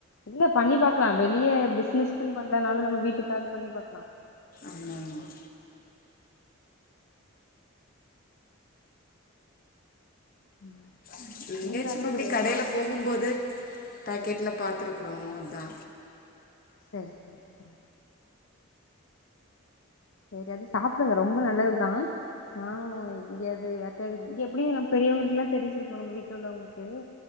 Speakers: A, on the left (about 65°); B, on the left (about 40°).
A: இல்ல பண்ணி பாக்லா வெளிய பிசினஸ்ன்னு பண்ணனால நம்ம வீட்டுக்காவது பண்ணி பாக்லா
B: ஆமா ஆமா
A: ம்
B: <unintelligible>
A: நீங்களு
B: சும்மாப்பிடி
A: அது
B: கடையில
A: சாப்டு
B: போகும் போது பேக்கெட்ல பாத்துருக்கறோ அத்தா
A: செரி செரி செரி செரி அது சாப்பிடுங்க ரொம்ப நல்லதுதா நானு இங்க அது அது <unintelligible> எப்டியு நம்ம பெரியவங்களுக்குல்லா தெரிஞ்சிருக்கோ நம்ம வீட்டு உள்ளவங்களுக்கு